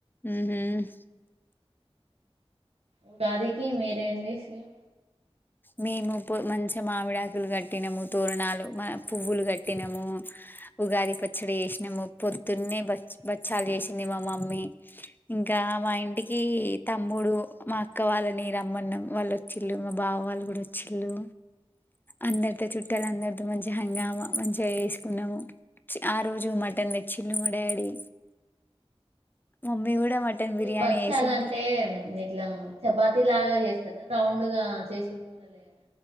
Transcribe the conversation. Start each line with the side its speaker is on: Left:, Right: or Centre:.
Left: ఉహుమ్
Right: ఉగాదికి మీరే ఏం చేసిలు
Left: మేముొ మంచిగా మామిడాకులు కట్టినము తోరణాలు పువ్వులు కట్టినాము ఉగాది పచ్చడి చేసినాము పొద్దున్నే బ బచ్చాలు చేసింది మా మమ్మీ ఇంకా మా ఇంటికి తమ్ముడు మా అక్క వాళ్ళని రమ్మన్నం వాళ్ళు వచ్చిళు మా బావ వాళ్ళు వచ్చిళు అందరితో చుట్టాల అందరితో మంచి హంగామా మంచిగా వేసుకున్నాము ఆ రోజు మటన్ తెచ్చిళు మా డాడీ మమ్మీ కూడా మటన్
Right: అంటే
Left: బిర్యానీ
Right: బచ్చాల
Left: చేసింది
Right: అంటే ఇట్లా చపాతి లాగా చేస్త ర రౌండ్ గా చేసి ఉండలే